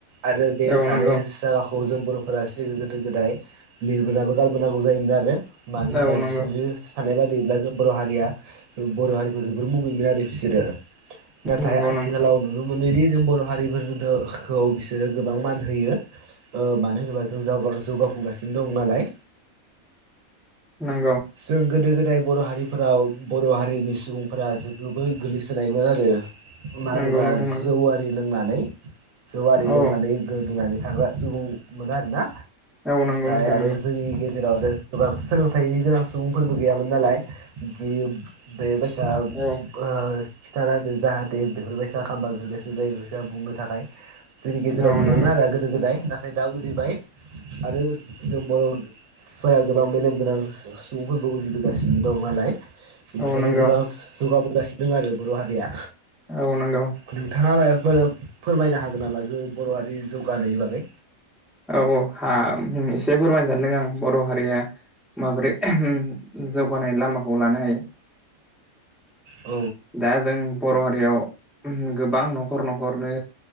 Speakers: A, on the right; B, in the centre.
A: आरो बे
B: औ
A: जानाय
B: नंगौ
A: जागाखौ जों बर'फोरा सिल गोदो गोदाय लिरबोनाबो गारबोनांगौ जायोमोन आरो मानो होनबा
B: औ नंगौ
A: बिसोरनि साननाय बायदियैब्ला जों बर' हारिया बर' हारिखौ जोबोर मुगैयोमोन आरो बिसोरो। नाथाय
B: नंगौ
A: आथिंलाव
B: नंगौ
A: नुनो मोनोदि जों बर' हारिफोरखौ बिसोरो गोबां मान होयो ओ मानो होनोबा जों जावगा जौगाफुगासिनो दं नालाय
B: नंगौ
A: जों गोदो गो दाय बर' हारिफोराव बर' हारिनि सुबुंफोरा जोबोर गोग्लैसोनायमोन आरो। मा
B: नंगौ
A: होनोबा
B: नोंथां नंगौ
A: जौआरि लोंनानै जौआरि
B: औ
A: लोंनानै गोदोनानै थांग्रा सुबुं मोनो आरो ना।
B: औ नंगौ।
A: आरो
B: नंगौ
A: जोंनि गेजेर आरो गोबां सोलोंथाइनि गोनां सुबुंफोरबो गैयामोन नालाय जि बे बायसा ओ
B: औ
A: खिथानांगो जाहाथे बेफोरबायसा खामबा जों गोसो जायि बायसा बुंनो थाखाय नाय जोंनि गेजेराव
B: औ
A: गैयामोन
B: नंगौ
A: आरो गोदो गोदाय नाथाय दा उजिबाय आरो जों बर'फोरा गोबां मेलेमगोनां सु सुबुंफोरबो उजिबोगासिनो दं नालाय बेनिखायनो
B: औ नंगौ
A: गोबां जौगाबोगासिनो दं आरो बर' हारिया।
B: औ नंगौ
A: नोंथाङा मायबा फोर फोरमायनो हागोन नामा जों बर हारि जौगानायनि बागै?
B: औ औ हा उम से फोरमायनो सानदों आं बर हारिया माबोरै जौगानाय लामाखौ लानो हायो
A: औ
B: दा जों बर हारियाव उम गोबां नखर नखरनो